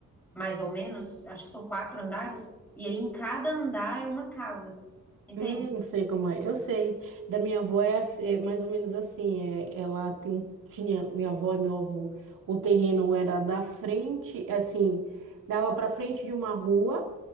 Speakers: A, in the centre; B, on the right.
A: mais ou menos, acho que são quatro andares, e aí em cada andar é uma casa, entende?
B: Hum, não sei como é. Eu sei. Da
A: S-
B: minha avó é, ass- é mais ou menos assim. É, ela tem, tinha, minha avó e meu avô, o terreno era da frente, assim, dava para frente de uma rua